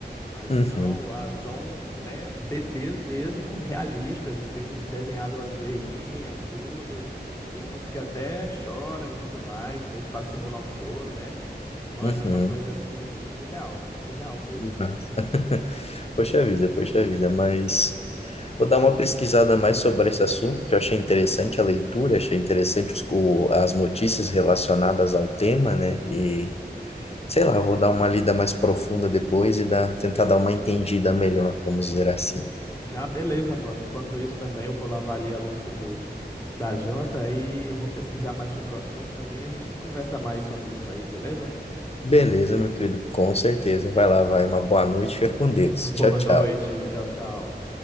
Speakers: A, on the left (about 15°); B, on the left (about 35°).
A: Ali
B: Uhum,
A: não, ah, são, né, bebês mesmo, realistas. Eles têm desenhado as veinhas, tudo. Tem uns que até choram e tudo mais, meio que pra simular o choro, né? Mano,
B: uhum.
A: é uma coisa assim, surreal, surreal mesmo.
B: Ah. <laughs> Poxa vida, poxa vida, mas vou dar uma pesquisada mais sobre esse assunto, que eu achei interessante a leitura, achei interessante os, o- as notícias relacionadas ao tema, né? E sei lá, vou dar uma lida mais profunda depois e dar, tentar dar uma entendida melhor, vamos dizer assim.
A: Ah, beleza, mano. Enquanto isso também eu vou lavar ali a louça do, da janta e eu vou pesquisar mais sobre o assunto também. A gente conversa mais sobre isso aí, beleza?
B: Beleza, meu querido, com certeza. Vai lá, vai, uma boa noite, fica com Deus.
A: <laughs> Boa
B: Tchau, tchau.
A: noite. Tchau, tchau.